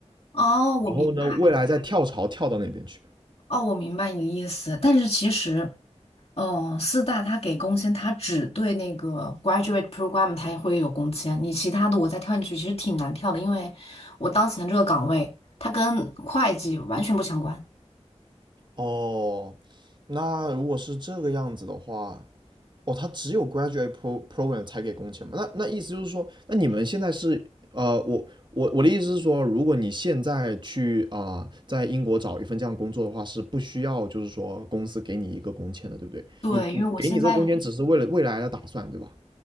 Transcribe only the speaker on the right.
然后呢，未来再跳槽跳到那边去。
哦，那如果是这个样子的话，哦，他只有 graduate pro program 才给工钱吗？那那意思就是说，那你们现在是呃，我我我的意思是说，如果你现在去啊、呃在英国找一份这样工作的话，是不需要就是说公司给你一个工签的，对不对？
你你给你这个工签只是为了未来的打算，
对吧？